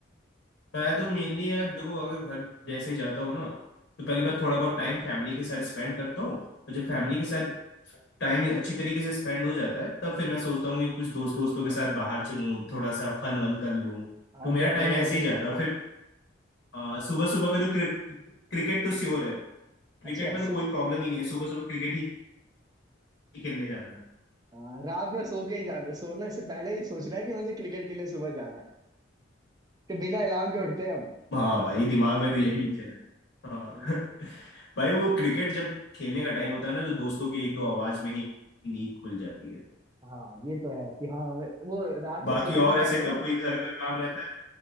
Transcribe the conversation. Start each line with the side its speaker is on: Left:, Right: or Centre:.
Left: मैं तो मेनली यार देखो अगर घर जैसे ही जाता हूँ ना तो पहली बार थोड़ा बहुत टाइम फैमिली के साथ स्पेंड करता हूँ तो जब फैमिली
Right: हम्म
Left: के साथ टाइम अच्छी तरीके से स्पेंड हो जाता है तब फिर मैं सोचता हूँ कि कुछ दोस्त दोस्तों के साथ बाहर चलूँ थोड़ा सा फन वन कर लूँ
Right: हाँ
Left: तो मेरा
Right: जो अगल
Left: टाइम
Right: बगल
Left: ऐसे
Right: के
Left: ही
Right: दोस्त
Left: जाता है
Right: है
Left: फिर आ, सुबह सुबह का जो क्रिकेट तो श्योर है क्रिकेट
Right: अच्छा
Left: में तो कोई प्रॉब्लम ही नहीं है सुबह सुबह क्रिकेट ही खेलने जाना है
Right: हाँ, रात में सो के ही जाना सोने से पहले ही सोचना है कि मुझे क्रिकेट के लिए सुबह जाना है कि बिना अलार्म के उठते हैं
Left: हाँ भाई दिमाग में तो यही चला है हाँ
Right: हम
Left: <laughs> भाई वो क्रिकेट जब खेलने का टाइम होता है ना तो दोस्तों की एक दो आवाज में ही नींद खुल जाती है
Right: हाँ ये तो है कि हाँ हमें वो रात में
Left: बाकी
Right: सोने से
Left: और
Right: पहले
Left: ऐसे ग-
Right: ही ना
Left: कोई घर का काम रहता है